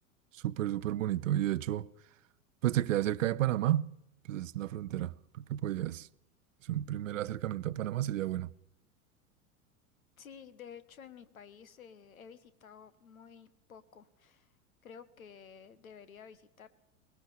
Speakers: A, on the right; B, on the left.
A: súper, súper bonito. Y de hecho... Pues te queda cerca de Panamá, pues es la frontera. Creo que podías, es un primer acercamiento a Panamá sería bueno.
B: Sí, de hecho en mi país eh, he visitado muy poco. Creo que debería visitar